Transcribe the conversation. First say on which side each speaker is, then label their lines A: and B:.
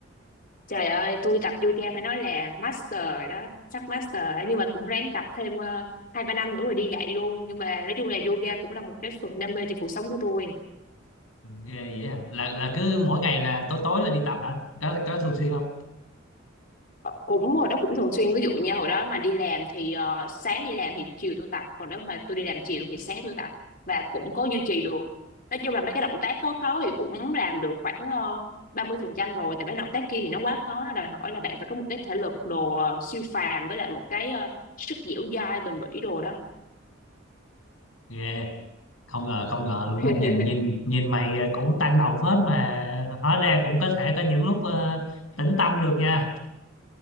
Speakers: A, on the left; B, on the left.
A: Trời ơi, tôi tập yoga phải nói là master rồi đó, sắp master rồi. nhưng mà cũng ráng tập thêm ờ, hai ba năm nữa rồi đi dạy luôn. Nhưng mà nói chung là yoga cũng là một cái phần đam mê trong cuộc sống của tôi.
B: Ghê vậy à? Là là cứ mỗi ngày là tối tối là đi tập hả? Có có thường xuyên không?
A: cũng hồi đó cũng thường xuyên ví dụ nha hồi đó mà đi làm thì ờ, sáng đi làm thì chiều tôi tập còn nếu mà tôi đi làm chiều thì sáng tôi tập và cũng có duy trì được nói chung là mấy cái động tác khó khó thì cũng làm được khoảng uh, ba mươi phần trăm rồi tại mấy động tác kia thì nó quá khó nó đòi hỏi là bạn phải có một cái thể lực đồ ờ, siêu phàm với lại một cái ờ, sức dẻo dai bền bỉ đồ đó
B: Ghê, không ngờ không ngờ luôn
A: <laughs>
B: á, nhìn nhìn nhìn mày ờ, cũng tăng động phết mà hóa ra cũng có thể có những lúc ờ, tĩnh tâm được nha.